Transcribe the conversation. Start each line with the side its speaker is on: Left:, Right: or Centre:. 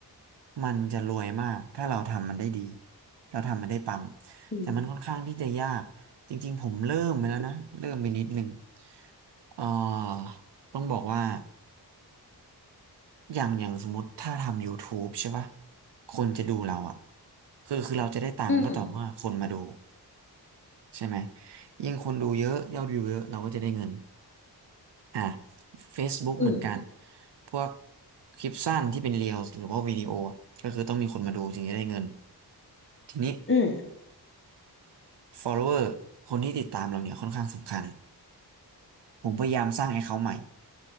Right: มันจะรวยมากถ้าเราทำมันได้ดีเราทำมันได้ปัง
Left: อืม
Right: แต่มันค่อนข้างที่จะยากจริงๆผมเริ่มไปแล้วนะเริ่มไปนิดหนึ่งเอ่า ต้องบอกว่าอย่างอย่างสมมติถ้าทำ YouTube ใช่ป่ะคนจะดูเราอ่ะคือคือเราจะได้ตังค์ก็ต่อเมื่อคนมาดู
Left: อืม
Right: ใช่ไหมยิ่งคนดูเยอะยอดวิวเยอะเราก็จะได้เงินอ่ะ Facebook
Left: อืม
Right: เหมือนกันพวกคลิปสั้นที่เป็นเรียลหรือว่าวิดีโออะก็คือต้องมีคนมาดูถึงจะได้เงินทีนี้
Left: อืม
Right: follower คนที่ติดตามเราเนี่ยค่อนข้างสำคัญผมพยายามสร้าง account ใหม่